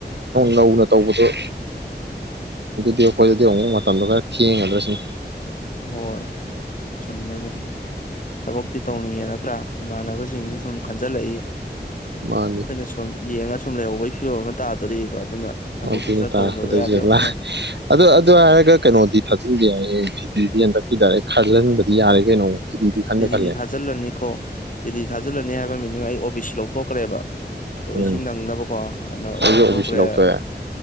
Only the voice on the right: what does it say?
ꯂꯧꯧꯅ ꯇꯧꯕꯗꯨꯣ ꯑꯗꯨꯗꯤ ꯑꯩꯈꯣꯏꯗꯗꯤ ꯑꯃꯨꯛ ꯃꯇꯝꯗꯣ ꯈꯔ ꯊꯦꯡꯉꯗ꯭ꯔꯁꯤꯅꯤ
ꯃꯥꯅꯤ
ꯑꯗꯨꯅꯤ
ꯇꯥꯔꯛꯄꯗꯁꯂ
ꯑꯗꯨ ꯑꯗꯨ ꯍꯥꯏꯔꯒ ꯀꯩꯅꯣꯗꯤ ꯊꯥꯖꯤꯤꯟꯕ ꯌꯥꯏꯌꯦ ꯐꯤꯗꯤꯤꯗꯤ ꯌꯦꯟꯗꯛꯄꯤ ꯇꯔꯦ ꯈꯜꯍꯟꯕꯗꯤ ꯌꯥꯔꯦ ꯀꯩꯅꯣ ꯖꯤꯗꯤꯗꯤ ꯈꯟꯗ
ꯈꯜꯂꯦ
ꯎꯝ
ꯑꯩꯁꯨ
ꯑꯣ ꯕꯤ ꯁꯤ ꯂꯧꯊꯣꯛꯑꯦ